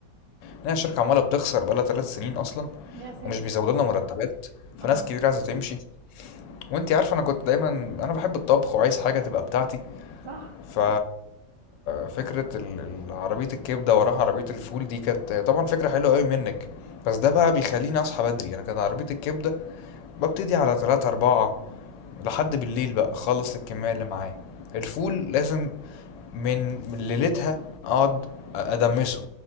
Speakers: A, on the left (about 85°); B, on the right (about 70°).
A: لان الشركه عماله بتخسر بقى لها ثلاث سنين اصلا
B: يا ساتر
A: ومش بيزودوا لنا مرتبات فناس
B: اه
A: كتير عايزه تمشي وانتي عارفه انا كنت دايما انا بحب الطبخ وعايز حاجه تبقى بتاعتي
B: صح
A: ف فكره ال- ال- عربيه الكبده وراها عربيه الفول دي كانت طبعا فكره حلوه قوي منك بس ده بقى بيخليني اصحى بدري انا كانت عربيه الكبده ببتدي على تلاتة أربعة لحد بالليل بقى أخلص الكمية اللي معايا الفول لازم من من ليلتها أقعد أدمسه